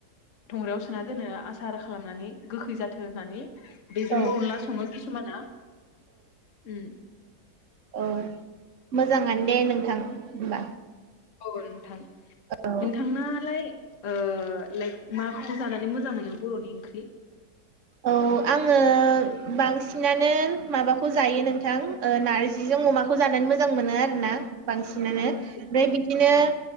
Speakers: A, on the left; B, on the right.
A: धंग्रायाव सोना दोनो आसार खालामनानै गोखै जाथो होननानै। बेजोंबो
B: औ
A: अनला सङो किसुमाना। उम।
B: अ मोजाङानो दे नोंथां होमबा।
A: औ नोंथां
B: औ
A: नोंथांनालाय ओ लाइक माखौ जानानै मोजां मोनो बर'नि ओंख्रि?
B: औ। आङो बांसिनानो माबाखौ जायो नोंथां ओ नार्जिजों अमाखौ खौ जानानै मोजां मोनो आरोना बांसिनानो ओमफ्राय
A: औ
B: बिदिनो